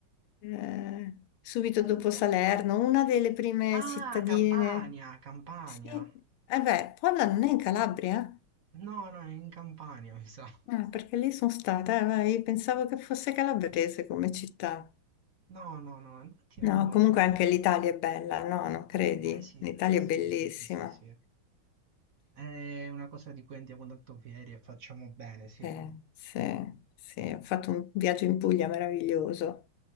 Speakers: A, on the left; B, on the right.
A: eh, subito
B: Polla.
A: dopo Salerno, una delle prime
B: Ah,
A: cittadine.
B: Campania, Campania.
A: Sì, eh beh, Polla non è in Calabria?
B: No, no, è in Campania, mi sa.
A: eh? Ah, perché lì sono stata, eh, ma io pensavo che fosse calabrese come città.
B: No, no, no, infatti non
A: No,
B: l'avevo mai
A: comunque
B: sentito.
A: anche l'Italia è bella, no, non credi?
B: Eh sì,
A: L'Italia
B: sì,
A: è bellissima.
B: sì, sì, sì, sì. È una cosa di cui andiamo tanto fieri e facciamo bene, sì.
A: Eh, sì, sì, ho fatto un viaggio in Puglia meraviglioso.